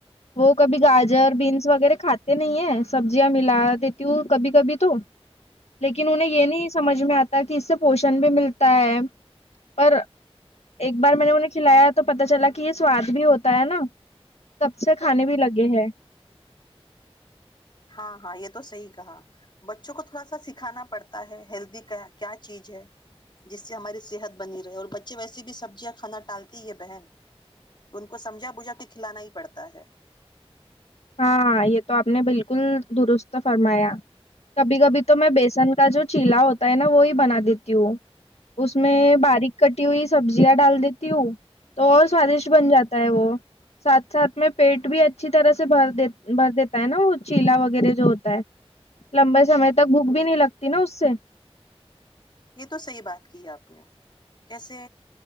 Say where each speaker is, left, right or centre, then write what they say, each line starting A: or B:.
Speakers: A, on the left; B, on the left.
A: وہ کبھی گاجر بینس وغیرہ کھاتے نہیں ہے سبزیاں ملا دیتی ہوں کبھی کبھی تو لیکن انہیں یہ نہیں سمجھ میں آتا تاکہ اس سے پوشن بھی ملتا ہے پر ایک بار میں نے انہیں کھلایا تو پتا چلا کہ یہ سواد بھی ہوتا ہے نا سب سے کھانے بھی لگے ہیں
B: ہاں ہاں یہ تو صحیح کہا بچوں کو تھوڑا سا سکھانا پڑتا ہے ہیلدی کیا چیز ہے جس سے ہماری صحت بنی رہے اور بچے ویسے بھی سبزیاں کھانا ٹالتی ہے بہن تو ان کو سمجھا بجھا کے کھلانا ہی پڑتا ہے
A: ہاں ہاں یہ تو آپ نے بالکل درست فرمایا کبھی کبھی تو میں بیسن کا جو چیلا ہوتا ہے نا وہی بنا دیتی ہوں اس میں باریک کٹی ہوئی سبزیاں ڈال دیتی ہوں تو اور سوادشٹ بن جاتا ہے وہ ساتھ ساتھ میں پیٹ بھی اچھی طرح سے بھر بھر دیتا ہے نا وہ چیلا وغیرہ جو ہوتا ہے لمبے سمے تک بھوک بھی نہیں لگتی نا اس سے
B: یہ تو سحیح بات کی آپ نے کیسے